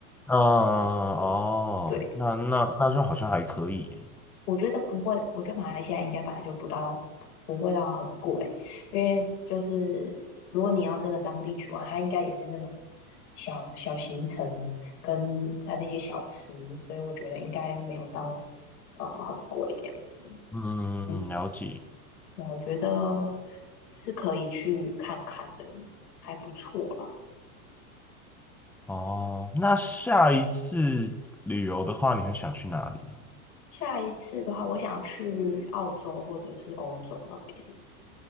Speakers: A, in the centre; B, on the left.
A: 嗯、哦，
B: 对，
A: 那那那就好像还可以，
B: 我觉得不会，我觉得马来西亚应该本来就不到，不会到很贵，因为就是如果你要真的当地去玩，它应该也是那种小小行程跟它那些小吃，所以我觉得应该没有到呃很贵这样子。
A: 嗯，
B: 嗯，
A: 了解，
B: 我觉得是可以去看看的，还不错啦。
A: 哦，那下一次旅游的话，你会想去哪里呢？
B: 下一次的话，我想去澳洲或者是欧洲那边。